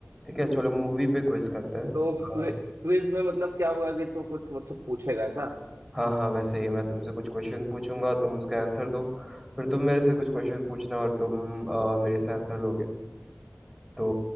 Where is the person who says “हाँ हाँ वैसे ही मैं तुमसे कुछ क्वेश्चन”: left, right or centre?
Centre